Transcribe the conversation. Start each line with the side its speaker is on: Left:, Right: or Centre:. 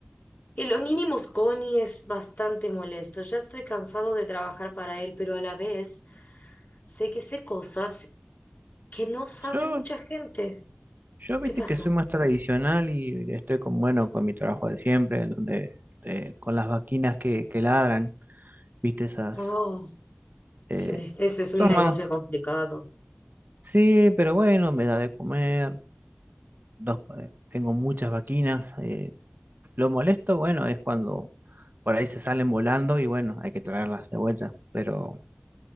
Left: el los mínimos Connie es bastante molesto. Ya estoy cansado de trabajar para él, pero a la vez sé que sé cosas que no sabe
Right: Yo,
Left: mucha gente.
Right: yo viste
Left: ¿Qué pasa?
Right: que soy más tradicional y estoy con, bueno, con mi trabajo de siempre, en donde eh, con las vaquinas que, que ladran, viste esas
Left: Oh,
Right: Eh,
Left: sí, ese es un
Right: son
Left: negocio
Right: más,
Left: complicado.
Right: sí, pero bueno, me da de comer. Dos, pa- tengo muchas vaquinas. eh, lo molesto, bueno, es cuando por ahí se salen volando y bueno, hay que traerlas de vuelta. Pero